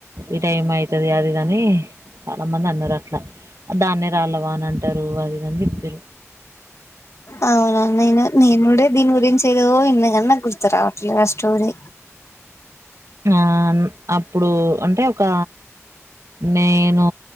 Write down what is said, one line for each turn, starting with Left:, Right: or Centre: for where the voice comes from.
Right: ఈ టైమ్ అయివుతుది అది ని చాలా మంది అన్నారు అట్లా దాన్నే రాళ్లవా అని అంటారు అది ఇదని చెప్పారు
Left: అవునా నేను నేనుడే దీని గురించి ఏదో ఇన్నకన్నా గుర్తు రావట్లేదు ఆ స్టోరీ
Right: ఆ అప్పుడు అంటే ఒక నేను